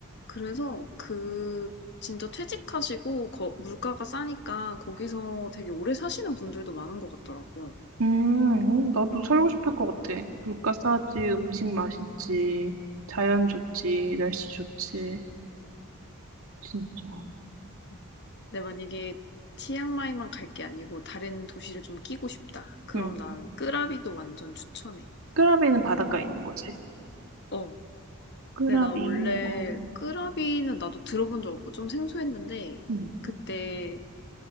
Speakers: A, on the left; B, on the right.
A: 그래서 그 진짜 퇴직하시고 거- 물가가 싸니까 거기서 되게 오래 사시는 분들도 많은 것 같더라고.
B: 음, 어, 나도 살고
A: 응.
B: 싶을 것 같아. 물가 싸지,
A: 응.
B: 음식 맛있지, 자연 좋지, 날씨 좋지, 진짜.
A: 응. 근데 만약에 치앙마이만 갈 게 아니고 다른 도시를 좀 끼고 싶다. 그럼
B: 응.
A: 난 끄라비도 완전 추천해.
B: 끄라비는 바닷가에 있는 거지.
A: 어.
B: 끄라비,
A: 근데 나 원래
B: 어,
A: 끄라비는 나도 들어본 적 없고 좀 생소했는데
B: 응,
A: 그때